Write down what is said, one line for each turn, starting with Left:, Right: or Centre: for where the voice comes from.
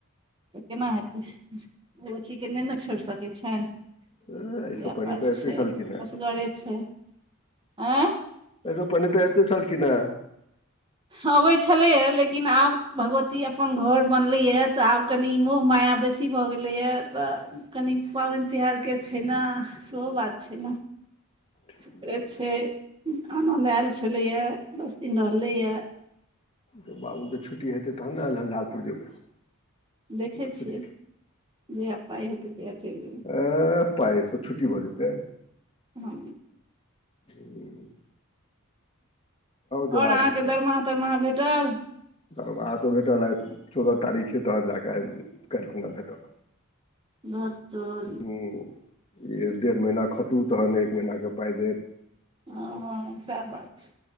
Right: तऽ केना हेतै भगवती के ने ने छोड़ सकै छैय।
Left: एहिसँ
Right: पूजा
Left: पहिने
Right: पाठ
Left: तऽ
Right: छैय।
Left: अबिते छलखिन हेँ
Right: असगरे छैय ऐ।
Left: आइ स पहिने त एताइ छलखिन ह।
Right: अबै छलैए या लेकिन। लेकिन आब भगवती अपन घोर बनलैएा तऽ आब कनि मोह माया बेसी भऽ गेलैएा त। कनि पाबनि तिहारके छै। ने सेहो बात छै। ने
Left: ठीके
Right: सुैने छैय आनन्द आयल छलैय या दस दिन रहलेया।
Left: तऽ बाउके छुट्टी हेतै तब न झंझारपुर जेबै।
Right: देखै
Left: छुट्टी
Right: छियै जहिया पाइ। हेतै तहिया चेल जेबै।
Left: ए पाइये से छुट्टी भऽ जेतै।
Right: ह।
Left: ह। जेबाक
Right: ओर अहाँके
Left: अछि तऽ
Right: दरमाह तरमाह भेटल।
Left: दरमाहा तऽ भेटल आइ। चौदह तारीख छै। तहन जा कऽ आइ काल्हि खुना भेटल।
Right: न न।
Left: हूँ डेढ़ महीना खातु तखन एक महीना के पाइ देत।
Right: हँ सएह बात छै।